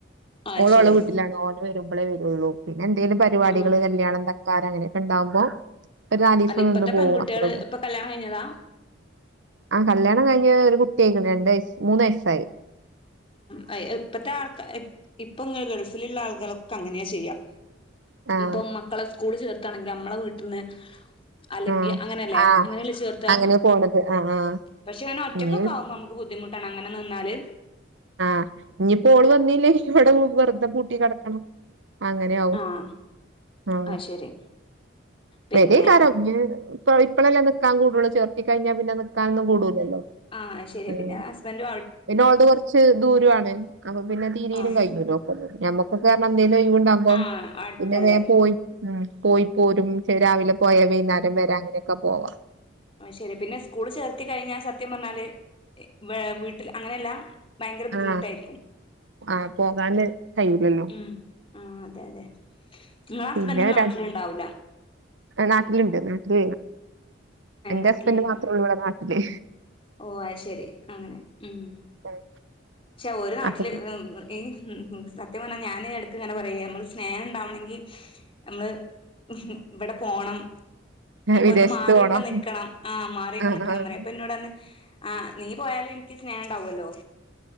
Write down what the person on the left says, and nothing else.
അത്
ശരി
ഉം
അല്ല ഇപ്പത്തെ
പെൺകുട്ടികള്
ഇപ്പൊ കല്യാണം കഴിഞ്ഞതാ
ആ ഇപ്പഴത്തെ ആൾക്കാ ഇപ്പൊ ഗൾഫിലുള്ള ആളുകളൊക്കെ അങ്ങനെയാ ചെയ്യാ
ഇപ്പൊ മക്കളെ സ്കൂള് ചേർത്താണെങ്കിൽ നമ്മളെ വീട്ടിൽന്ന് അല്ലെങ്കിൽ
അങ്ങനെയല്ലേ
അങ്ങനെയല്ലേ ചേർത്ത
പക്ഷെ അതിനെ ഒറ്റക്ക
ആകുമ്പോ നമുക്ക് ബുദ്ധിമുട്ടാണ് അങ്ങനെ നിന്നാല്
ആഹ്
അത് ശരി പിന്നെ
ആ ശരി
പിന്നെ ഹസ്ബൻഡ്
ആഹ്
ആഹ് അടുത്തല്ലേ
ശെരി പിന്നെ സ്കൂള് ചേർത്തി കഴിഞ്ഞാ സത്യം പറഞ്ഞാല് വ വീട്ടിൽ അങ്ങനെയല്ല ഭയങ്കര ബുദ്ധിമുട്ടായിരിക്കും
ഉ ആ അതെ അതെ നിങ്ങള ഹസ്ബൻഡ
നാട്ടില
ഇണ്ടാവല
നാട്ടിലേനാണ്
ഓ അത് ശരി അങ്ങനെ ഉം
പക്ഷെ ഒരു നാട്ടില്
ഉ സത്യം പറഞ്ഞാൽ ഞാന്ൻ എടുക്ക ഇങ്ങനെ പറയ നമ്മള് സ്നേഹം ഉണ്ടാവണെങ്കിൽ നമ്മള് അ <unintelligible> ഇവിടെ പോണം
ഒന്ന് മാറിയൊക്കെ
നൽക്കണം ആ മാറിയൊക്കെ
നിക്കണം
പറയും അപ്പ എന്നന്നോട് തന്നെ ആഹ് നീ പോയാലും എനിക്ക് സ്നേഹംണ്ടാവല്ലോ